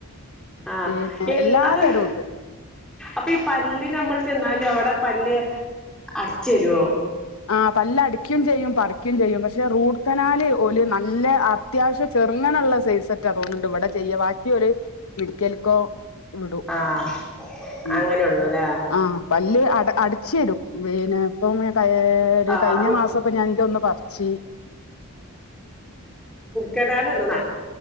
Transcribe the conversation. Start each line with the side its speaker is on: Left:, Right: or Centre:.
Centre: ആ
Left: പിന്നെ
Centre: എൽ
Left: എല്ലാ
Centre: അതല്ല
Left: തരവുണ്ട്
Centre: അപ്പീ പല്ല് നമ്മൾ- ന്നാലും അവടെ പല്ല് അട്ചേരൂ
Left: ആ പല്ല് അടിക്കും ചെയ്യും പറിക്കുകയും ചെയ്യും പക്ഷെ റൂട്ട് കനാല് ഓല് നല്ല അത്യാവശ്യ ചെറുങ്ങനള്ള സൈസെറ്റേ തോന്നുന്നണ്ട് ഇവടെ ചെയ്യാ വാക്കി ഓല് മെടിക്കൽക്കോ വിടും
Centre: ആഹ്
Left: ഉ
Centre: അങ്ങനെള്ളൂല്ലേ
Left: ആ പല്ല് അടച്ചേരും പിന്നെപ്പ ഏ ഒരു
Centre: ആഹ്
Left: കഴിഞ്ഞമാസപ്പോ
Centre: റു
Left: ഞാൻ ഇന്റെ ഒന്ന് പറച്ച്
Centre: കനാലൊന്ന് നടു